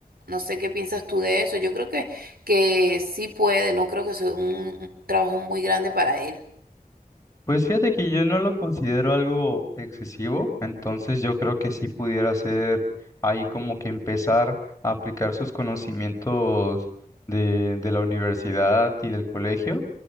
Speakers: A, on the right; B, on the left.
A: No sé qué piensas tú de eso. Yo creo que, que sí puede, no creo que sea un, un trabajo muy grande para él.
B: Pues fíjate que yo no lo considero algo excesivo, entonces yo creo que sí pudiera ser ahí como que empezar a aplicar sus conocimientos de, de la universidad y del colegio